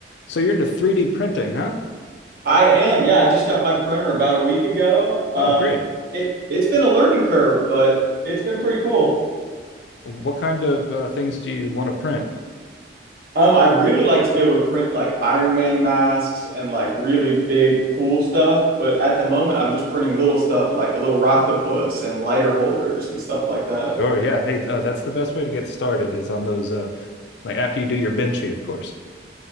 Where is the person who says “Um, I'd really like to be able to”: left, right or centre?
Right